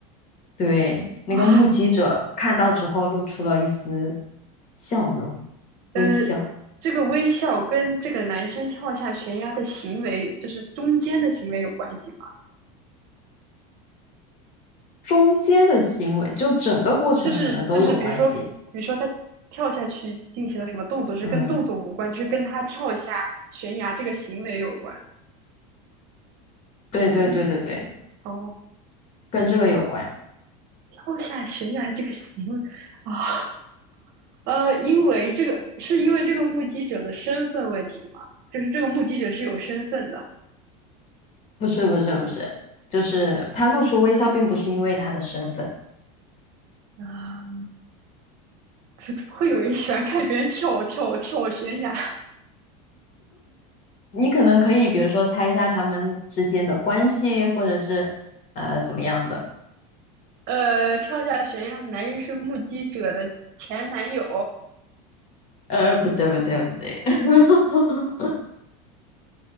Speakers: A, on the left (about 40°); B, on the right (about 55°).
A: 对，那个目击者看到之后露出了一丝
B: 哇！
A: 笑容，
B: 呃，
A: 微笑，
B: 这个微笑跟这个男生跳下悬崖的行为，就是中间的行为有关系吗？
A: 中间的行为就整个过程可能都有关系。
B: 就是就是，比如说，比如说他跳下去进行了什么动作，是跟动作无关，
A: 嗯，
B: 就是跟他跳下悬崖这个行为有关，
A: 对对对对对，
B: 还是哦，
A: 跟这个有关。
B: 跳下悬崖这个行为啊？呃，因为这个是因为这个目击者的身份问题吗？就是这个目击者是有身份的
A: 不是不是不是，就是他露出微笑，并不是因为他的身份。
B: 啊，<laughs> 会会有人喜欢看别人跳跳跳悬崖
A: 你可能可以，比如说猜一下他们之间的关系，或者是呃怎么样的。
B: 呃，跳下悬崖的男人是目击者的前男友，
A: 呃，不对不对不对，<laughs>